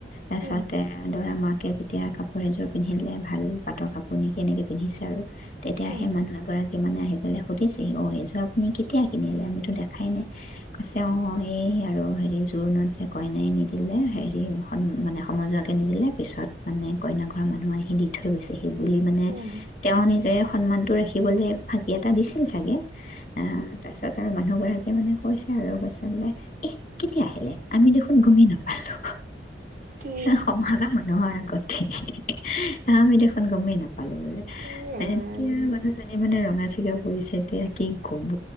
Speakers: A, on the left; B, on the right.
A: তাৰপাছতে
B: উম
A: দৰা মাক লোকে যেতিয়া কাপোৰ এযোৰ পিন্ধিলে ভাল পাতৰ কাপোৰ নেকি, এনেকৈ পিন্ধিছে আৰু। তেতিয়া
B: উম
A: সে মানুহ এগৰাকী সি মানে আহি পেলাই সুধিছেহি- অ', এইযোৰ আপুনি কেতিয়া কিনিলে? আমিতো দেখাই নাই। কৈছে, অ', এই আৰু আৰু হেৰি জোৰোণত যে কইনাই নিদিলে, হেৰি মান মানে সমাজুৱাকৈ নিদিলে, পিছত মানে কইনা ঘৰৰ মানুহে আহি দি থৈ গৈছেহি। বুলি মানে
B: উম
A: তেওঁ নিজে সন্মানতটো ৰাখি থাকিবলৈ ফাঁকি এটা দিছিল চাগে। অ', তাৰ পিছত আৰু মানুহ গৰাকী মানে কৈছে আৰু। কৈছে বোলে এ, কেতিয়া আহিলে? আমি দেখোন গমেই নাপালো।
B: তে
A: সমাজৰ মানুহৰ আগতে <inaudible> আ আমি দেখোন গমেই নাপালো। বোলে
B: এয়াই
A: এতিয়া মানুহজনী মানে ৰ ৰঙা-চিঙা প। এতিয়া কি ক'ব!